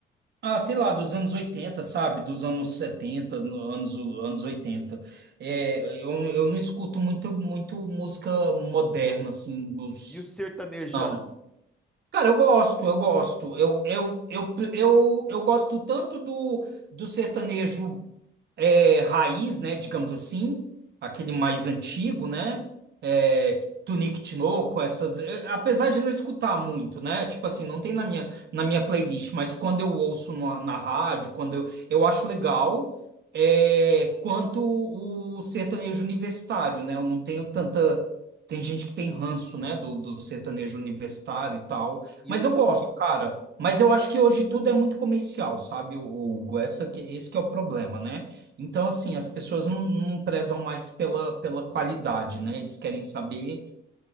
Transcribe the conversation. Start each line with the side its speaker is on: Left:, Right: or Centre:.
Right: ah, sei lá, dos anos oitenta sabe? Dos anos setenta anos, anos oitenta É, eu, eu não escuto muito, muito música moderna, assim, dos.
Centre: E o sertanejão?
Right: não. Cara, eu gosto, eu gosto. Eu, eu, eu, eu, eu gosto tanto do, do sertanejo é, raiz, né, digamos assim, aquele mais antigo, né, é, Tunique Tinoco, essas, é, apesar de não escutar muito, né, tipo assim, não tem na minha, na minha playlist, mas quando eu ouço na, na rádio, quando eu, eu acho legal, é, quanto o sertanejo universitário, né, eu não tenho tanta, tem gente que tem ranço, né, do, do sertanejo universitário e tal,
Centre: E
Right: mas
Centre: eu,
Right: eu gosto, cara, mas eu acho que hoje tudo é muito comercial, sabe, o Hugo? Essa que, esse que é o problema, né? Então, assim, as pessoas não, não prezam mais pela, pela qualidade, né? Eles querem saber